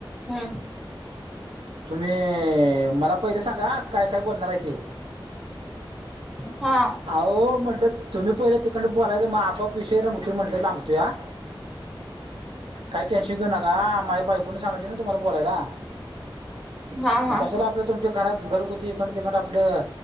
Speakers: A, in the centre; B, on the right.
A: हम्म.
B: तुम्ही मला पहिले सांगा, काय-काय बोलणार आहे ते.
A: हां.
B: आ हो म्हटलं तुम्ही पहिला तिकडंन बोलायच, म्हणलो मग आपोआप विषय म्हटल लाबंतोया. काही टेन्शन घेऊ नका. माझ्या बायकून सांगलीतलना तुम्हाला बोलायला.
A: हा हा
B: मग कशाला
A: हा
B: आपलं, तुमच्या घरात घरगुती इकडन तिकडन आपलं